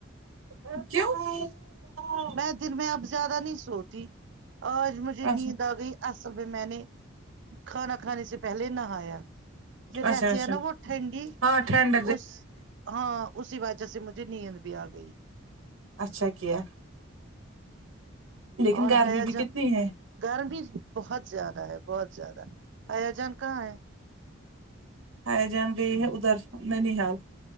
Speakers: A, on the right; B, on the right.
A: کیوں
B: میں دن میں اب زیادہ نہیں سوتی آج مجھے
A: اچھا
B: نیند آ گئی اصل میں میں نے کھانا کھانے سے پہلے نہایا پھر
A: اچھا
B: رہتی
A: اچھا
B: ہے نا وہ ٹھنڈی
A: ہاں ٹھنڈ
B: اس ہاں اسی وجہ سے مجھے نیند بھی آ گئی
A: اچھا کیا لیکن
B: اور
A: گرمی
B: ہیا
A: بھی
B: جا
A: کتنی ہے
B: گرمی بہت زیادہ ہے بہت زیادہ آیا جان کہاں ہے
A: آیا جان گیی ہیں ادھر ننیحال